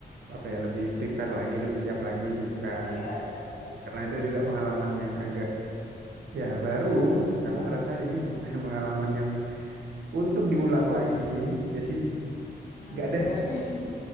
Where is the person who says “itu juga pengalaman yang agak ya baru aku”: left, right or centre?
Right